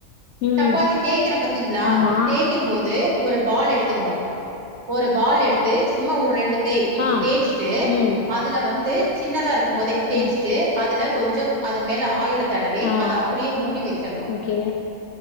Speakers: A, on the left (about 65°); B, on the right (about 50°).
A: ம்
B: சப்பாத்தி தேயக்கிறோ பாத்தீங்களா
A: ஆமா
B: தேய்க் போது ஒரு பால் எடுத்துக்கணோ ஒரு பால் எடுத்து சும்மா ஒரு ரெண்டு தே இப்படி
A: ஆ
B: தேய்ச்சுட்டு
A: ம்
B: அதுல வந்து சின்னதா இருக்கூ போதே தேய்ச்சுட்டு
A: ம்
B: அதுல கொஞ்சம் அதுர் மேல ஆயில தடவி
A: ஆ
B: அத அப்படியே மூடி வெச்சிடணோ
A: ஓகே